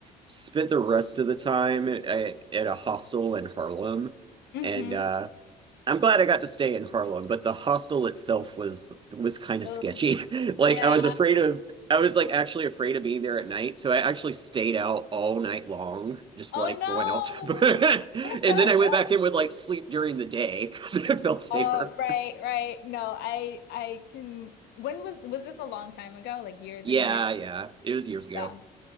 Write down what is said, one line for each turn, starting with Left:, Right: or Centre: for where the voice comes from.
Right: spent the rest of the time at, at a hostel in Harlem.
Left: hmm
Right: And uh, I'm glad I got to stay in Harlem, but the hostel itself was was kind of
Left: Oh,
Right: sketchy. <laughs> Like
Left: yeah.
Right: I was afraid of I was like actually afraid of being there at night, so I actually stayed out all night long, just
Left: Oh
Right: like
Left: no.
Right: going out to
Left: <laughs>
Right: <laughs> And then I went back in with like sleep during the day because <laughs> it felt safer.
Left: Oh, right, right. No, I I can when was was this a long time ago? Like years
Right: Yeah,
Left: and years?
Right: yeah. It was years ago.
Left: Yeah.